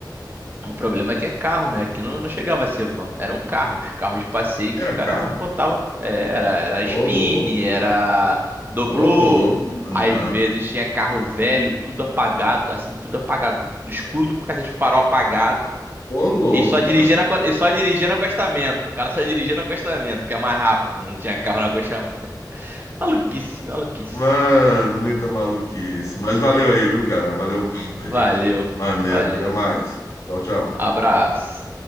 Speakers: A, on the right; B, on the left.
A: O problema é que é carro, né? Aqui não, não chegava a ser van, eram carros, carros de passeio
B: Não
A: que
B: era
A: os caras
B: carro?
A: botavam. é, Era, era
B: Ô,
A: spin,
B: louco.
A: era doblô,
B: Ô, louco, mano.
A: às
B: Não.
A: vezes tinha carro velho, tudo apagado, assim, tudo apagado, escuro do cacete, farol apagado,
B: Ô, louco,
A: e só dirigindo,
B: mano.
A: aco- e só dirigia dirigindo acostamento, o cara só dirigia dirigindo acostamento, que é mais rápido, não tinha carro no acostamento. <laughs> Maluquice, maluquice.
B: Mano, muita maluquice. Mas valeu aí, viu, cara? Valeu o papo aí.
A: Valeu,
B: Maneiro.
A: valeu,
B: Até mais. Tchau, tchau.
A: abraço.